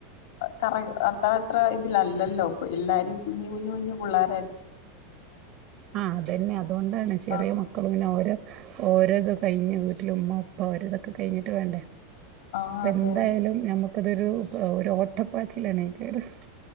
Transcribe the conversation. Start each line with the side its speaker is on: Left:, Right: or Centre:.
Left: കറ അത്ര അത്ര തിലല്ലല്ലോ പ്പൊ എല്ലാരും കുഞ് കുഞ്ഞു കുഞ്ഞ് പിള്ളോരായി
Right: ആഹ അതെന്നെ അ അതുകൊണ്ടാണ് ചെറിയ
Left: ആ
Right: മക്കളും പിന്നെ ഓരെ ഓരോത് കഴിഞ്ഞ് വീട്ടിൽ ഉമ്മ ഉപ്പ അവരെതൊക്കെ കഴിഞ്ഞിട്ട് വേണ്ടേ
Left: ആഹ്
Right: അപ്പ
Left: അതെ
Right: എന്തായാലും നമ്മ ഇപ്പ ഇതൊരു ഒരു ഓട്ടപ്പാച്ചിലാണെക്കാരം